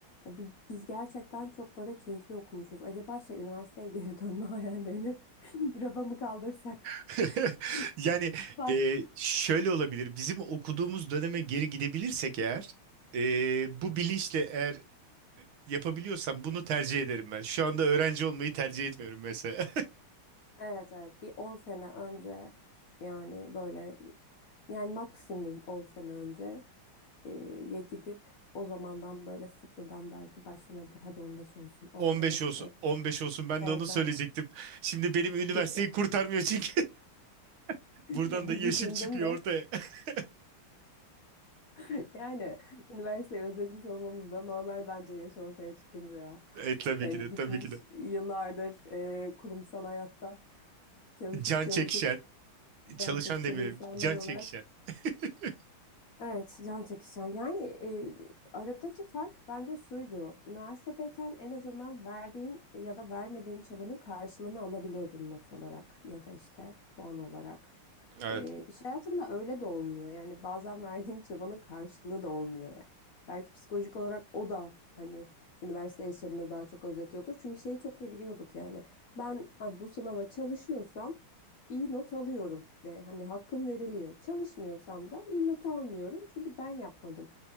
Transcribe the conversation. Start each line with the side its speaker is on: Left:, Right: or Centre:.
Left: Ya bi- Biz gerçekten çok böyle keyifli okumuşuz. Acaba şey üniversiteye geri dönme <laughs> hayallerini <laughs> rafa mı kaldırsak?
Right: <laughs>
Left: <laughs>
Right: Yani
Left: Bak.
Right: e, şöyle olabilir. Bizim okuduğumuz döneme geri gidebilirsek eğer e, bu bilinçle eğer yapabiliyorsam bunu tercih ederim ben. Şu anda öğrenci olmayı tercih etmiyorum mesela.
Left: Evet evet bir 10 sene önce yani böyle yani maksimum 10 sene önce e, ye gidip o zamandan böyle sıfırdan belki başlanabilir. Hadi 15
Right: <laughs>
Left: olsun 10
Right: 15
Left: sene. önce.
Right: olsun 15 olsun ben
Left: Evet
Right: de onu söyleyecektim.
Left: evet
Right: Şimdi benim üniversiteyi
Left: bir, <laughs>
Right: kurtarmıyor çünkü. <laughs>
Left: bir,
Right: Buradan da
Left: bir
Right: yaşım
Left: düşündüm
Right: çıkıyor
Left: de.
Right: ortaya. <laughs>
Left: <laughs> Yani üniversiteyi özlemiş olmamız da normal bence yaş ortaya çıkınca ya.
Right: E, tabii
Left: Yani
Right: ki de tabii
Left: bitmiş
Right: ki de.
Left: yıllardır e, kurumsal hayatta çalışıp
Right: Can
Left: çalışıp
Right: çekişen, çalışan
Left: can çekişen
Right: demeyelim.
Left: insanlar
Right: Can
Left: olarak
Right: çekişen. <laughs>
Left: Evet, can çekişen. Yani e, aradaki fark bence şuydu. Üniversitedeyken en azından verdiğin ya da vermediğin çabanın karşılığını alabiliyordun not olarak ya da işte puan olarak.
Right: Evet.
Left: E, iş hayatında öyle de olmuyor. Yani bazen verdiğin çabanın karşılığı da olmuyor yani. Belki psikolojik olarak o da hani üniversite yaşamını daha çok özetiyordur. Çünkü şeyi çok iyi biliyorduk yani. Ben ha, bu sınava çalışıyorsam iyi not alıyorum ve hani hakkım veriliyor. Çalışmıyorsam da iyi not almıyorum çünkü ben yapmadım.